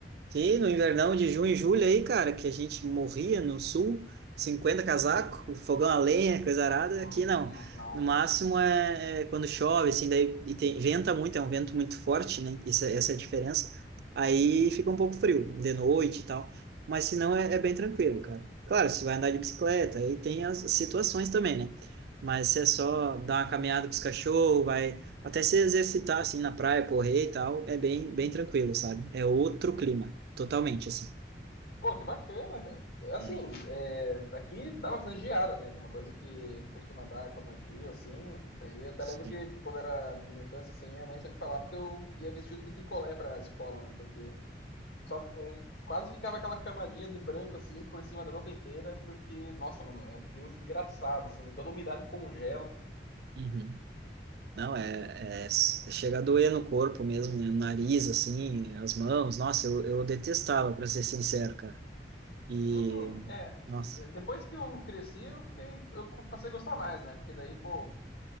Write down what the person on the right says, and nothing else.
Sim, no invernão de junho e julho aí, cara, que a gente morria no sul, cinquenta
casaco, fogão a lenha, coisa arada,
aqui não.
No máximo é, é quando chove, assim, daí e tem, venta muito, é um vento muito forte, né? Isso, é- essa é a diferença. Aí fica um pouco frio, de noite e tal. Mas se não, é, é bem tranquilo, cara. Claro, se vai andar de bicicleta, aí tem as situações também, né? Mas se é só dar uma caminhada com os cachorros, vai até se exercitar, assim, na praia, correr e tal, é bem, bem tranquilo, sabe? É outro clima, totalmente, assim.
Hum,
sim.
Uhum. Não, é, é, é chega a doer no corpo mesmo, né? No nariz, assim, as mãos. Nossa, eu, eu detestava, para ser sincero, cara. E,
nossa.